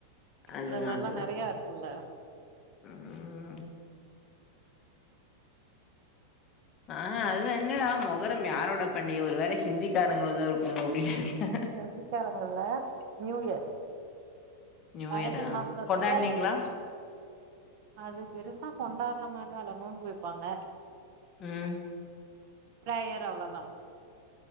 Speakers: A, on the left (about 25°); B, on the right (about 40°).
A: அதுதான்,
B: இந்த மார்லா
A: அதுதான்.
B: நெறையா இருக்குல்ல
A: ம் ஆ அதா என்னடா மொஹரம் யாரோட பண்டிக ஒரு வேல ஹிந்திக்காரங்ளுதா இருக்குமோ அப்டின் நெ
B: ஹந்திக்காரங்கள்ல நியூயர்
A: நியூ
B: அரபி
A: இயரா?
B: மாசத்துல
A: கொண்டாடுனீங்களா?
B: ஃப்ர்ஸ்ட்டு அது பெருசா கொண்டாட்ற மார்லா இல்ல நோம்பு வெப்பாங்க
A: ம்
B: ப்ரேயர் அவ்ளோதா